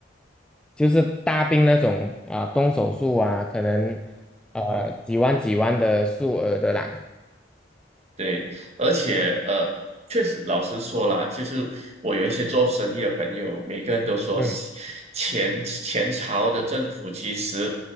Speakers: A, in the centre; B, on the right.
A: 就是大病那种啊，动手术啊，可能呃几万几万的数额的啦，
B: 对，而且呃，确实老实说啦，其实我有一些做生意的朋友，每个人都说西前前朝的政府其实
A: 嗯